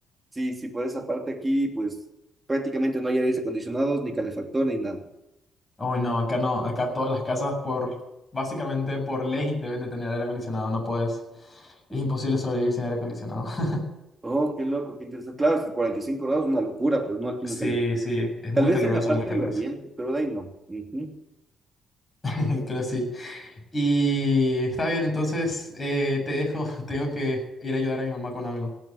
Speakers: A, on the right (about 20°); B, on the left (about 25°).
A: sí, sí, por esa parte aquí, pues prácticamente no hay aires acondicionados, ni calefactor, ni nada.
B: Oh, no, acá no, acá todas las casas por, básicamente por ley deben de tener aire acondicionado, no puedes, es
A: Mm.
B: imposible sobrevivir sin aire acondicionado. <laughs>
A: Oh, qué loco, qué interesante. Claro, es que 45 grados es una locura, pues no, aquí
B: Sí,
A: nunca llega.
B: sí, es
A: Tal
B: muy
A: vez
B: caluroso,
A: en la parte
B: muy caluroso.
A: del oriente, pero de ahí no. Ujú.
B: <laughs> Pero sí. Y está bien, entonces eh, te dejo. <laughs> Tengo que ir a ayudar a mi mamá con algo.